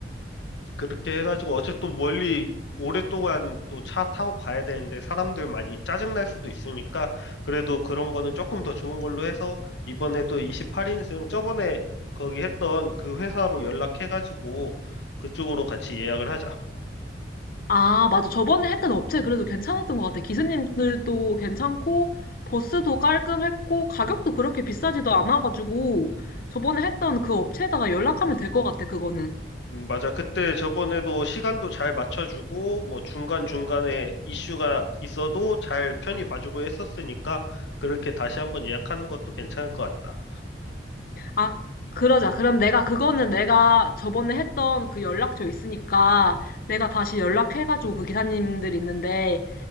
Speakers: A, on the left; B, on the left.
A: 그렇게 해가지고 어차피 또 멀리 오랫동안 또 차 타고 가야 되는데 사람들 많이 짜증날 수도 있으니까 그래도 그런 거는 조금 더 좋은 걸로 해서 이번에도 28인승 저번에 거기 했던 그 회사로 연락해가지고 그쪽으로 같이 예약을 하자.
B: 아, 맞아. 저번에 했던 업체 그래도 괜찮았던 것 같아. 기사님들도 괜찮고, 버스도 깔끔했고, 가격도 그렇게 비싸지도 않아가지고, 저번에 했던 그 업체에다가 연락하면 될 것 같아, 그거는.
A: 음, 맞아. 그때 저번에도 시간도 잘 맞춰주고, 뭐 중간중간에 이슈가 있어도 잘 편히 봐주고 했었으니까, 그렇게 다시 한번 예약하는 것도 괜찮을 것 같다.
B: 아, 그러자. 그럼 내가 그거는 내가 저번에 했던 그 연락처 있으니까 내가 다시 연락해가지고 그 기사님들 있는데